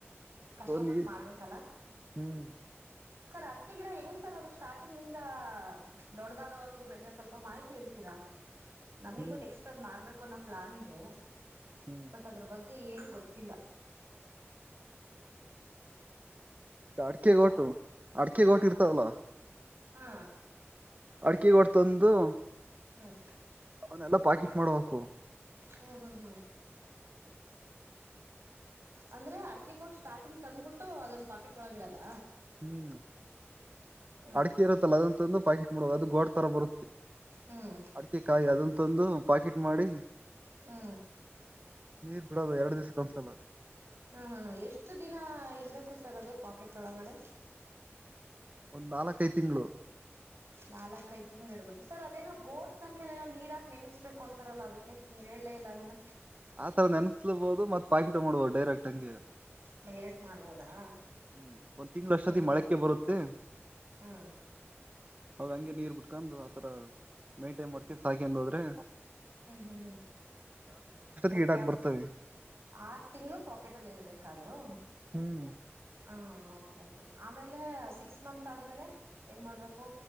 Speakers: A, on the right; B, on the right.
A: ಕಷ್ಟಪಟ್ಟು
B: ನೀ
A: ಮಾಡ್ಬೇಕಲ್ಲ
B: ಹ್ಮ್
A: ಸರ್ ಅಡಕೆ ಗಿಡ ಹೆಂಗ್ ಸರ್ ಅದು ಸ್ಟಾರ್ಟಿಂಗ್ ಇಂದ ದೊಡ್ಡ್ದಾಗ ಅವ್ರಗೂ ಬೆಳೆಯ ಸ್ವಲ್ಪ ಮಾಹಿತಿ ಹೇಳ್ತೀರಾ ನಮಗ
B: ಹ್ಮ್
A: ನೆಕ್ಸ್ಟ್ ಅದ್ ಮಾಡ್ಬೇಕು ಪ್ಲಾನ್ ಇದೆ
B: ಹ್ಮ್
A: ಬಟ್ ಅದ್ರ ಬಗ್ಗೆ ಗೆ ಏನು ಗೊತ್ತಿಲ್ಲ
B: ಅಡಕೆ
A: ಹಲೋ
B: ಗೊಟು ಅಡಕೆ ಗೊಟು
A: ಹಾ
B: ಇರ್ತಲ್ಲ
A: ಹಾ
B: ಅಡಿಕೆಗೊಟ್ ತಂದು
A: ಹದು
B: ಅವನ್ನೆಲ್ಲಾ ಪಾಕೆಟ್ ಮಾಡ್ಬೇಕು
A: ಹ್ಮ್ ಹ್ಮ್ ಹ್ಮ್ ಅಂದ್ರೆ ಅಡಕೆ ಕೊಟ್ಟು ಸ್ಟಾರ್ಟಿಂಗ್ ತಂದ್ಬಿಟ್ಟು ಅದೊಂದು ಪಾಕೆಟ್ ಒಳಗ ಇಡದ
B: ಹ್ಮ್
A: ಹ್ಮ್
B: ಅಡಕೆ ಇರುತ್ತಲ್ಲ ಅದಂತಂದು ಪಾಕೆಟ್ಡುವ ಅದು ಗೋಡ್ ಬ
A: ಹ್ಮ್
B: ಅಡಿಕೆ ಕಾಯಿ ಅದ ತಂದು ಪಾಕಿಟ್ ಮಾಡಿ
A: ಹಾ
B: ನೀರ್ ಬಿಡದು ಎರಡು ದಿವಸ ಕನ್ಸಲ್ಲ
A: ಹ್ಮ್ ಹ್ಮ್ ಎಷ್ಟು ದಿನ ಇಡ್ಬೇಕು ಸರ್ ಅದು ಪಾಕೆಟ್ ಒಳಗಡೆ
B: ಒಂದ್ ನಾಲ್ಕೈ ತಿಂಗಳು
A: ನಾಲ್ಕ್ ಐದ್ ತಿಂ್ಗಳು ಇಡ್ಬೇಕು ಸರ್ ಅದೇನ ಗೋಟ್ ತಂದ್ಮೇಲೆಏನ್ ನೀರ್ ಹಾಕ್ ನೆಮಸ್ಬೇಕು ಅಂತಾರಲ್ಲ ಅದಕ್ಕೆ ನೀವ ಹ ಹೇಳಳ್ಳೇ ಇಲ್ಲ ಅದನ್ನ
B: ಆತರ ನೆನ್ಸ್ಲಬಹುದು ಮತ್ ಪಾಕಿಟ ಮಾಡ್ಬೋದು ಡೈರೆಕ್ಟ್ ಹಂಗೆ
A: ಬೈರಕ್ ಮಾಡ್ಬೋದಾ
B: ಹ್ಮ್ ಒಂದ್ ತಿಂಳ ಅಷ್ಟದ
A: ಹ್ಮ್ ಹ್ಮ್
B: ಮಳೆಕ್ಕೆ
A: ಹ್ಮ್
B: ಬರುತ್ತೆ
A: ಹ್ಮ್
B: ಹೌದ ಹಂಗೆ ನೀರ್ ಬಿಟ್ಕೊಂಡ್ ಆತರ ಮೈಂಟೈನ್ ಮಾಡ್ಕೊಂಡ ಸಾಕಿ ಹೋದ್ರೆ
A: ಹ್ಮ್ ಹ್ಮ್ ಹ್ಮ್
B: ಗೀಡಾಗ ಬರ್ತವೆ
A: ಆರು ತಿಂಗಳು ಪಾಕೆಟ್ ಅಲ್ಲಿ ಇರ್ಬೇಕ ಹ
B: ಹ್ಮ್
A: ಹಾ ಕೆ ಆಮೇಲೆ ಸಿಕ್ಸ್ ಮಂತ್ ಆದ್ಮೇಲೆ ಏನ್ ಮಾಡ್ಬೇಕು